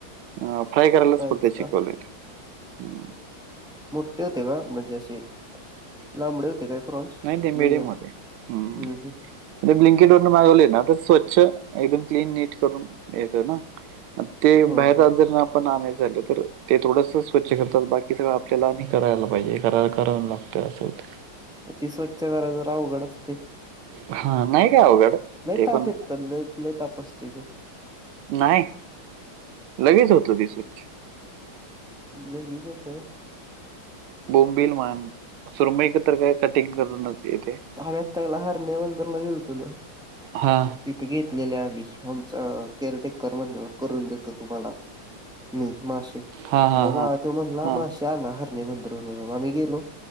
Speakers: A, on the right; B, in the centre.
A: अ फ्राय करायला
B: फ्रायच
A: फक्त
B: का
A: शिकवले. अं
B: मोट्ठे होते का? म्हणजे असे लांबडे होते काय प्रॉन्स?
A: नाही ते मिडियम
B: मीडीयम,
A: होते हम्म.
B: हं हं.
A: ते ब्लिंकेटवरन मागवले ना तर स्वच्छ एकदम क्लीन नीट करून येतंना. म ते
B: होय
A: बाहेरन
B: होय
A: जर आप पण आणायचं झालं तर, ते थोडस स्वच्छ करतात बाकी सगळं आपल्याला आणि करायला पाहिजे. करा करा लाग त. अस होत.
B: म ती स्वच्छ करायच तर अवघड असतेय.
A: हा, नाही काय अवघड ते
B: ताप
A: पण.
B: येतात लय लय ताप असतोय पण
A: नाही. लगेच होत ते स्वच्छ.
B: अन लगीच होतय.
A: बोंबिल म्हण, सुरमईक तर काय कटिंग करूनच येते.
B: हव्यात पैला हरणे बंदरला गेलतो ना.
A: हा,
B: तिथं घेतलेले आम्ही, आमचा केअरटेकर म्हणी करून देतो तुम्हाला. मी मासे,
A: हा हा
B: मग
A: हा
B: अ त्यो म्हणला
A: हा
B: माशे ते आणा हरनी बंदरवरन. आम्ही गेलो